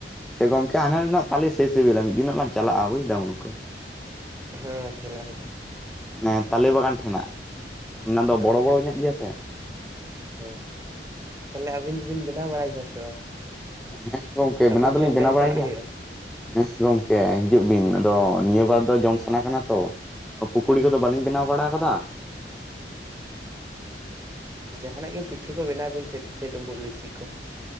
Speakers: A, in the centre; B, on the right.
A: ᱥᱮ ᱜᱚᱝᱠᱮ ᱦᱟᱱᱮ ᱨᱮᱱᱟᱜ ᱛᱟᱞᱮ ᱥᱮᱭ ᱥᱮᱵᱮᱞᱟ ᱢᱤᱫ ᱫᱤᱱᱚᱜ ᱞᱟᱝ ᱪᱟᱞᱟᱜ-ᱟ, ᱵᱩᱡᱽ ᱫᱟᱢ ᱜᱚᱝᱠᱮ?
B: ᱦᱚᱸ ᱪᱟᱞᱟᱜ ᱦᱩᱭᱩᱜᱼᱟ᱾
A: ᱚᱱᱮ ᱛᱟᱞᱮ ᱵᱟᱜᱟᱱ ᱴᱷᱮᱱᱟᱜ, ᱚᱱᱟ ᱫᱚ
B: ᱦᱮᱸ
A: ᱵᱚᱲᱚ ᱵᱚᱲᱚ ᱧᱚᱸᱜ ᱜᱮᱭᱟ ᱥᱮ᱾
B: ᱦᱮᱸ᱾ ᱛᱟᱦᱞᱮ ᱟᱹᱵᱤᱱ ᱫᱩᱵᱤᱱ ᱵᱮᱱᱟᱣ ᱵᱟᱲᱟᱭ ᱫᱟᱭ ᱥᱮ ᱵᱟᱝ?
A: ᱦᱮᱸ ᱜᱚᱝᱠᱮ
B: ᱟᱹᱵᱤᱱ
A: ᱵᱮᱱᱟᱣ ᱫᱚᱞᱤᱧ
B: ᱴᱷᱮᱱ
A: ᱵᱮᱱᱟᱣ
B: ᱡᱚᱢ
A: ᱵᱟᱲᱟᱭ
B: ᱪᱟᱞᱟᱜ
A: ᱜᱮᱭᱟ᱾
B: ᱦᱩᱭᱩᱜᱼᱟ
A: ᱦᱮᱸ ᱜᱚᱝᱠᱮ ᱦᱤᱡᱩᱜ ᱵᱤᱱ ᱟᱫᱚ ᱱᱤᱭᱟᱹ ᱵᱟᱨ ᱫᱚ ᱡᱚᱢ ᱥᱟᱱᱟ ᱠᱟᱱᱟ ᱛᱚ᱾ ᱯᱳᱠᱳᱲᱤ ᱠᱚᱫᱚ ᱵᱟᱞᱤᱧ ᱵᱮᱱᱟᱣ ᱵᱟᱲᱟᱮ ᱠᱟᱫᱟ᱾
B: ᱡᱟᱦᱟᱱᱟᱜ ᱜᱮ ᱯᱤᱴᱷᱟᱹ ᱠᱚ ᱵᱮᱱᱟᱣ ᱵᱤᱱ ᱥᱮ, ᱯᱤᱴᱷᱟᱹ ᱰᱸᱩᱢᱵᱩᱜ ᱞᱩᱪᱤ ᱠᱚ᱾